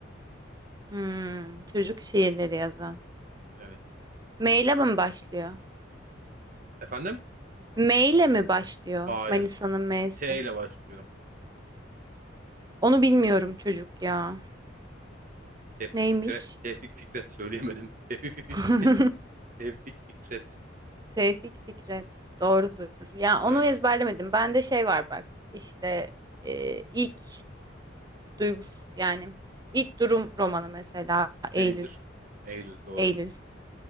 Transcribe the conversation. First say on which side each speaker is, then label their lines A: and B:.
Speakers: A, on the right; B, on the right.
A: Hmm, çocuk şiirleri yazan.
B: Evet.
A: M ile mi başlıyor?
B: Efendim?
A: M ile mi başlıyor?
B: Hayır.
A: Manisa'nın M'si.
B: T ile başlıyor.
A: Onu bilmiyorum çocuk ya.
B: Tevfik
A: Neymiş?
B: Fikret, Tevfik Fikret söyleyemedim. <laughs> Tevfik, Fifi-
A: <laughs>
B: Tevfik Fikret.
A: Tevfik Fikret. Doğrudur. Ya
B: Aynen.
A: onu ezberlemedim. Bende şey var bak. İşte e, ilk duygus yani ilk durum romanı mesela
B: Neydir?
A: Eylül
B: Eylül doğru.
A: Eylül